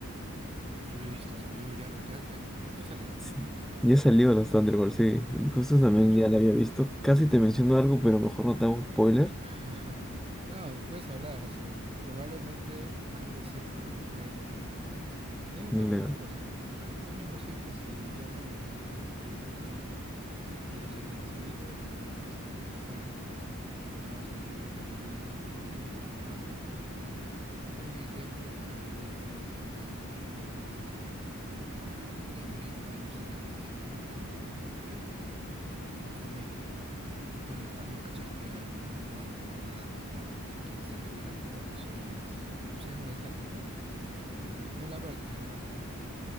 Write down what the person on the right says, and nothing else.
No lo he visto, salió ya, re- ya, ya, ya salió.
Ah, chuta.
<laughs> No, puedes hablar, o sea, probablemente algo sepa de lo que haya leído alguna vez. Ten en
cuenta una cosa, los cómics no siempre se llaman igual que las películas y los acontecimientos de las películas a veces están contadas en diferentes volúmenes o volúmenes separados de los cómics. Un ejemplo facilito es Endgame. Endgame no existe en los cómics, así como tal. Endgame, Avengers Endgame no existe como tal. Eh, en el cómic, Tony Stark nunca chasquea ningún guante ni nada. Eh, quien se sacrifica por todos es... ¿Cómo se llama la hija de Thanos? La, no la verde, sino la robot.